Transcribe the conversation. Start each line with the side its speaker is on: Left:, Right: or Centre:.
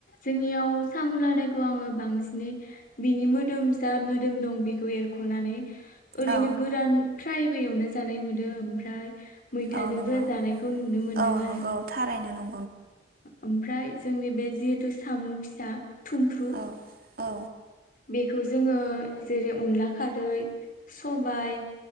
Left: जोंनियाव साम' लादायखौ आङो बांसिनै बिनि मोदोम जा मोदोम दं बेखौ एरख'नानै ओरैनो
Right: औ
Left: गोरान फ्रायबोे एवना जानाय नुदों ओमफ्राय मैथाजोंबो
Right: औ नंगौ
Left: जानायखौ नुनो मोनदों
Right: औ
Left: आरो।
Right: नंगौ थारैनो नं
Left: ओमफ्राय जोंनि बे जिहेथु साम फिसा थुमफ्रु
Right: औ औ
Left: बेखौ खौ जोङो जेरै अनला खारै सबायाइ